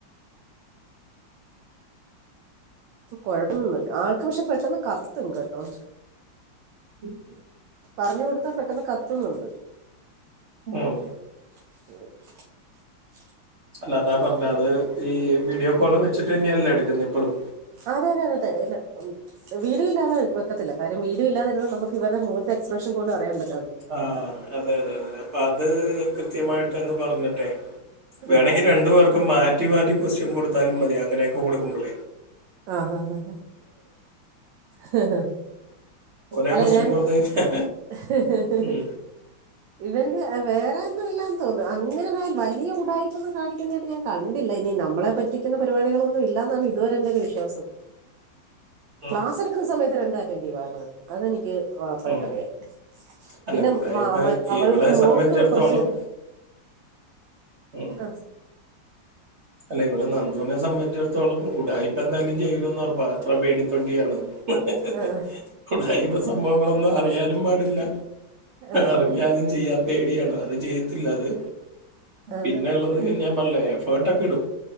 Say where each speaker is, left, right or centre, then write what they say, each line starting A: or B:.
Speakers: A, on the right (about 75°); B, on the right (about 55°).
A: ഇപ്പ കൊഴപ്പൊന്നുല്ല ആൾക്ക് പക്ഷെ പെട്ടന്ന് കത്തും കേട്ടോ
B: ഉം
A: പറഞ്ഞു കൊടുത്താ പെട്ടെന്ന് കത്തുന്നുണ്ട്
B: ഉം
A: <unintelligible>
B: അല്ല അതാ പറഞ്ഞ അത് ഈ വീഡിയോ കോള് വെച്ചിട്ട്ന്നെയല്ലേ എടുക്കുന്നെ എപ്പളും
A: ആ അതെ അതെതെ അതെ ഇല്ല വീ വീഡിയോ ഇല്ലാതെ ക ഒക്കത്തില് കാര്യം വീഡോ ഇല്ലാതെ ഇതിനെ നമ്മക്ക് ഇവരുടെ മൊഖത്തെ എസ്പ്രഷൻ പോലും അറിയാൻ പറ്റ
B: ആ അതെ അതെ അതെ അപ്പ അത് കൃത്യമായിട്ട് അങ്ങ് പറഞ്ഞിട്ടെ
A: ഉം
B: വേണങ്കി
A: ഉം ഉം
B: രണ്ടു പേർക്കും മാറ്റി മാറ്റി കൊസ്റ്റിൻ കൊടുത്താലും മതി അങ്ങനേക്ക കൊടുക്കുമ്പളെ
A: ആ ഹാ ഹാ ഹ് ഹ്
B: ഒരേ
A: അല്ല
B: ക്വസ്റ്റ്യൻ
A: ഞാൻ
B: കൊടുത്തു കഴിഞ്ഞാൽ
A: ഹ് ഹ് ഹ്ഹ്
B: ഉം,
A: ഇവർക്ക് എ വേറെ ഒന്നു ഇല്ല തോന്നുന്നു അങ്ങനെ വലിയ ഉടായ്പൊന്നും കാണിക്കുന്നേയിട്ട് ഞാൻ കണ്ടില്ല ഇനി നമ്മളെ പറ്റിക്കുന്ന പരിപാടികളൊന്നും ഇല്ല ന്നാണ് ഇതുവരെ എന്റെ ഒരു വിശ്വാസം
B: ഉം,
A: ക്ലാസ് എടുക്കുന്ന സമയത്ത് രണ്ട് അറ്റൻഡീവ് ആണ് അതെനിക്ക് ഉറപ്പായിട്ടറിയാം
B: ഉം. അല്ല
A: പിന്നെ
B: ഉടായ്പ
A: മ മറ്റ് അവൾക്ക്
B: ഇവളെ
A: മോൾക്ക്
B: സംബന്ധിച്ചിടത്തോളം
A: കുറച്ച്
B: ഉം,
A: അ
B: അല്ല ഇവിള് നന്ദൂവിനെ സംബന്ധിച്ചിടത്തോളം ഉടായിപ്പ് എന്തായാലും ചെയ്യൂല്ലാന്നുറപ്പാ അത്ര പേടിതൊണ്ടിയാണ് ഹ ഹ്
A: ആ
B: ഹ് ഉടായിപ്പ് സംഭവങ്ങളൊന്നും അറിയാൻ യാനും പാടില്ല
A: ആ
B: അറിഞ്ഞാലും ചെയ്യാൻ പേടിയാണ് അത് ചെയ്യത്തില്ല അത്
A: ആ ആ
B: പിന്നെള്ളത് ഞാൻ പറഞ്ളേ എഫേർട്ട് ഒക്കെ എടുക്ക്‌